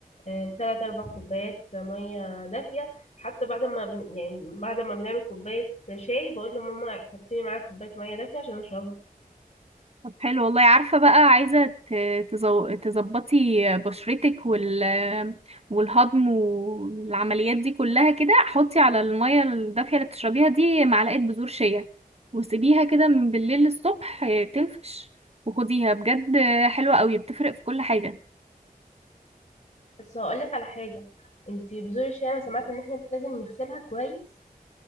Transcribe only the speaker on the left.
آه، تلات اربع كوبايات ميه دافيه حتى بعد ما بن... يعني بعد ما بنعمل كوبايه شاي بقول لماما حطي لي معاها كوبايه ميه دافيه عشان اشربها
بس هقول لك على حاجه انتي بذور الشاي انا سمعت ان احنا لازم نغسلها كويس